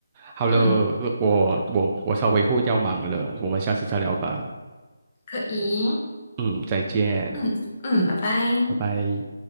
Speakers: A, on the right; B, on the left.
A: 好了，
B: 嗯，
A: 呃我我我稍微后要忙了，我们下次再聊吧。
B: 可以。
A: 嗯，再见，
B: 嗯嗯，拜拜。
A: 拜拜。